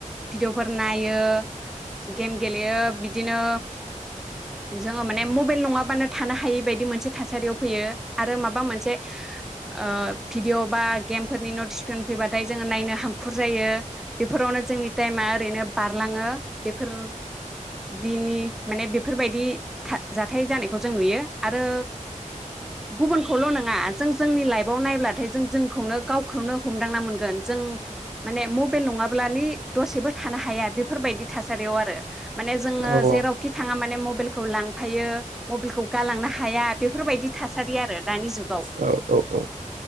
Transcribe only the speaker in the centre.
भिदिअ फोर नायो। गेम लेयो बिदिनो जोंङो माने मबेल नंआबानो थानो हायि बायदि मोनसे थासारियाव फैयो। आरो माबा मोनसे ओ भिडिअ बा गेम फोरनि नटिस पेन फैबाथाय जोङो नायनो हांखुर जायो। बेफोरावनो जोंनि टाइमा ओरैनो बारलाङो बेफोर दिनि माने बेफोरबायदि था जाथाय जानायखौ जों नुयो। आरो गुबुनखोल' नोङा जों जोंनि लाइभआव नायब्लाथाय जों जोंखौनो गावखौनो हमदांना मोनगोन। जों माने म बेल नङाब्लानि दसेबो थानो हाया बेफोरबायदि थासारियाव माने जोङो
जेरावखि थाङा माने मबेलखौ लांफायो। मबेलखौ गालांनो हाया बेफोरबायदि थासारि आरो। दानि जुगाव